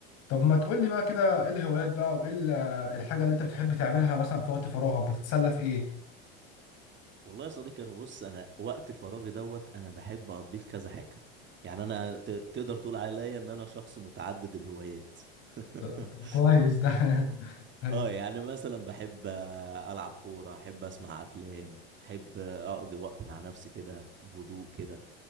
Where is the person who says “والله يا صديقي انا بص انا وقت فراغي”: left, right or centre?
Right